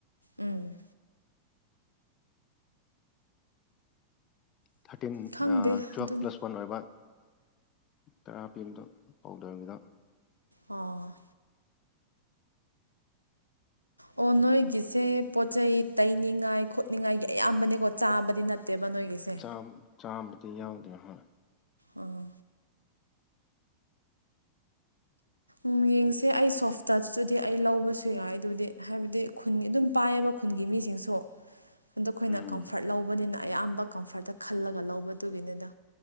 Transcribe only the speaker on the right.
ꯎꯝ
ꯈꯪꯗꯦ
ꯑꯗꯨꯝ
ꯑꯣ ꯑꯣ ꯅꯣꯏꯒꯤꯁꯦ ꯄꯣꯠꯆ ꯆꯩ ꯇꯩꯅꯤꯡꯉꯥꯏ ꯈꯣꯠꯅꯤꯡꯉꯥꯏ ꯑꯌꯥꯝꯕꯅꯦꯀꯣ ꯆꯥꯕꯗꯤ ꯅꯠꯇꯦꯕ ꯅꯣꯏꯒꯤꯁꯦ
ꯑꯣ ꯎꯝ ꯌꯦꯡꯁꯦ ꯑꯩ ꯁꯣꯐ ꯇꯆꯇꯨꯗꯤ ꯑꯩ ꯂꯧꯕꯁꯨ ꯌꯥꯏ ꯑꯗꯨꯗꯤ ꯍꯥꯏꯕꯗꯤ ꯈꯨꯟꯒꯤ ꯑꯗꯨꯝ ꯄꯥꯏꯑꯕ ꯈꯨꯟꯒꯤ ꯃꯤꯁꯤꯡꯁꯨ ꯑꯗ ꯑꯩꯈꯣꯏꯅ
ꯀꯝꯐꯔꯠ ꯂꯧꯕꯅꯤꯅ ꯑꯌꯥꯝꯕ ꯀꯝꯐꯔꯠꯇ ꯈꯜꯂꯒ ꯂꯧꯕꯗꯨꯒꯤꯅꯤꯅ